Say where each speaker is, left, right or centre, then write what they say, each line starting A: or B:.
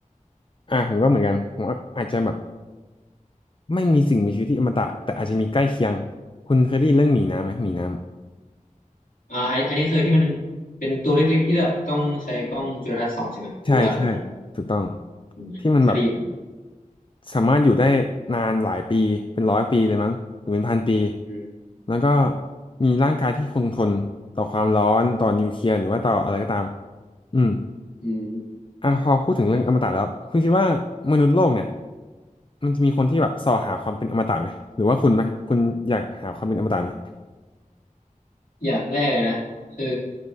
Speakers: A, on the left; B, on the left.
A: อ่าผมก็เหมือนกันผมว่าอาจจะแบบไม่มีสิ่งมีชีวิตที่อมตะแต่อาจจะมีใกล้เคียงคุณเคยได้ยินเรื่องหมีน้ำไหมหมีน้ำ
B: อ่าไอันอันนี้เคยที่มันเป็นตัวเล็กๆที่แบบต้องใช้กล้องจุลทรรศน์ส่องใช่ไหมหรือว่าอะไรประมาณนั้น
A: ใช่ใช่ถูกต้อง
B: อืมอันนี้เคยได้ยินไหม
A: ที่มันแบบสามารถอยู่ได้นานหลายปีเป็นร้อยปีเลยมั้งหรือเป็นพันปี
B: อืม
A: แล้วก็มีร่างกายที่คงทนต่อความร้อนต่อนิวเคลียร์หรือว่าต่ออะไรก็ตามอืม
B: อืม
A: อ่ะพอพูดถึงเรื่องอมตะแล้วคุณคิดว่ามนุษย์โลกเนี่ยมันจะมีคนที่แบบส่อหาความเป็นอมตะไหมหรือว่าคุณไหมคุณอยากหาความเป็นอมตะไหม
B: อย่างแรกเลยนะคือ